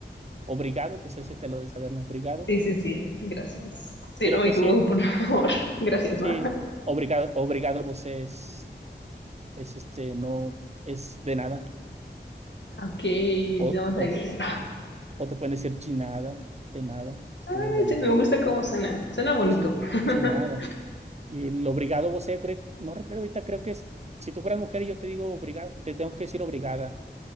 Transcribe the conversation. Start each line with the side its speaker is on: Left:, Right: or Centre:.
Right: Obrigado, pues ese te lo de saber, ¿no? Obrigado.
Left: Sí, sí, sí, gracias. Sí,
Right: Creo
Left: no,
Right: que
Left: y como,
Right: sí,
Left: por favor, <laughs> gracias,
Right: sí.
Left: ¿no?
Right: Obrigado, obrigado, vos es, es este, no, es de nada.
Left: Ok,
Right: O,
Left: vamos
Right: o
Left: a ver.
Right: O te pueden decir chinada, de nada, escribe
Left: Ay,
Right: de nada,
Left: sí, me gusta cómo suena. Suena bonito.
Right: chin,
Left: <laughs>
Right: chinada. Y el obrigado vos sea creo, no recuerdo ahorita, creo que es, si tú fueras mujer y yo te digo obrigada, te tengo que decir obrigada,